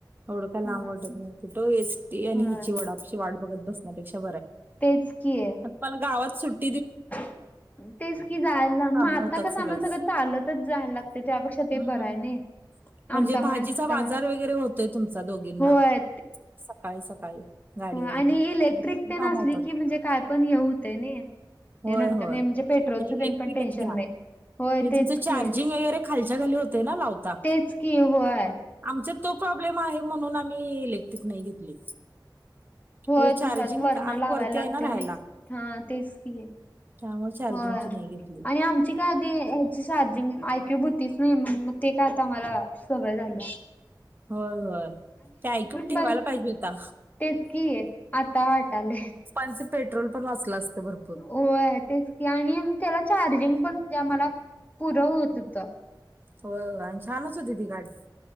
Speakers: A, on the right; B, on the left.
A: थोडं का लांब
B: होय
A: वाटत नाही कुठं एचटी आणि
B: होय
A: हिची डा बत बपेा
B: तेच की
A: ब
B: तेच कि जायला
A: कामं
B: म आता
A: होतात
B: कस
A: सगळीच
B: आम्हाला सगळं चालतच जायला लागते त्यापेक्षा ते
A: हम्म
B: बरा आहे नाही
A: म्हणजे
B: आमचा
A: भाजीचा
B: मध
A: बाजार
B: जाऊन
A: वगैरे होतोय तुमचा दोघींना
B: होय
A: सकाळी सकाळी गाडीवरनं
B: हो आणि इलेक्ट्रिक
A: भरपूर
B: ते
A: कामं
B: नसली
A: होतात
B: की म्हणजे काय पण हे होतं नाही
A: होय
B: हे नंतर
A: होय
B: नाही म्हणजे पेट्रोलचं
A: नाही इलेक्ट्रिकच
B: तेन पण टेन्शन
A: घ्या
B: नाही.
A: म्हे
B: होय तेच
A: तुमच चार्जिंग
B: की
A: वगैरे खालच्या खाली होते ना लावता
B: तेच की होय.
A: आमचा तो प्रॉब्लेम आहे म्हणून आम्ही इलेक्ट्रिक नाही घेतली
B: होय
A: म्हणजे चार्जिंग
B: तुमच्यात वरणे
A: आम्ही
B: लावायला
A: वरती
B: लागते
A: आहे राहायला
B: ना हा तेच त आहे
A: त्यामुळे चार्जिंगची
B: हो
A: नाही घेतली
B: आणि आमची का आधी ह्याची चार्जिंग ऐक्यू होती नाही म्हणे मग ते काय आता मला सवय झालं
A: होय होय ते आय क्यू ठेवायला
B: बाईक
A: पाहिजे होता
B: तेच की आता वाटालय.
A: णच पेट्रोल पण वाचलं असतं बर
B: होय तेच की आणि त्याला चार्जिंग पण म्हणजे आम्हाला पुरं होत होत
A: हो छानच होती ती गाडी